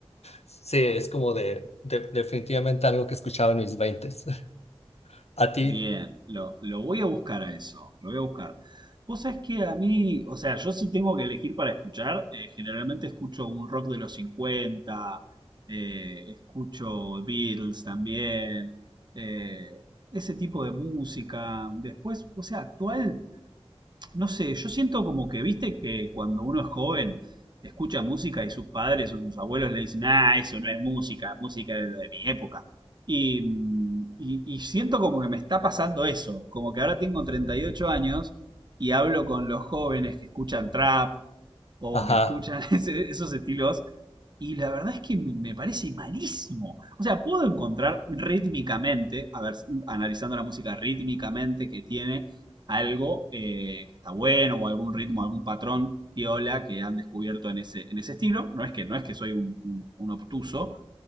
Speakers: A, on the left (about 90°); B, on the right (about 45°).
A: Sí, es como de, de- definitivamente algo que escuchaba en mis veintes. <laughs> A ti,
B: Bien, lo, lo voy a buscar a eso, lo voy a buscar. Vos sabés que a mí, o sea, yo sí tengo que elegir para escuchar. eh, generalmente escucho un rock de los 50, eh, escucho Beatles también, eh, ese tipo de música. Después, o sea, actual. no sé, yo siento como que, viste, que cuando uno es joven escucha música y sus padres o sus abuelos le dicen, ah, eso no es música, música es lo de mi época. Y, mm, y- y siento como que me está pasando eso, como que ahora tengo 38 años y hablo con los jóvenes que escuchan trap, o
A: ajá.
B: que escuchan <laughs> ese- esos estilos. Y la verdad es que me me parece malísimo. O sea, puedo encontrar rítmicamente, a ver, analizando la música rítmicamente que tiene algo eh, que está bueno o algún ritmo, algún patrón piola que han descubierto en ese, en ese estilo. No es que, no es que soy un, un- un obtuso,